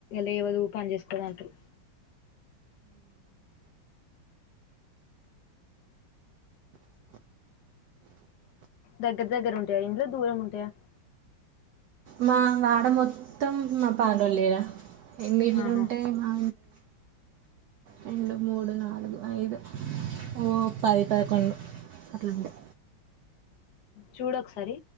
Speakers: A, on the left; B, on the right.
A: లేవదు పని చేసుకోదు అంటారు దగ్గర దగ్గర ఉంటాయా ఇంట్లో దూరం ఉంటాయా
B: మా వాడ మొత్తం మా పల్లోలేర ఎన్ని ఇల్లులు
A: ఆహా
B: ఉంటాే మా రెండు మూడు నాలుగు ఐదు ఓ పది పదకొండు అట్లాండి
A: చూడొకసారి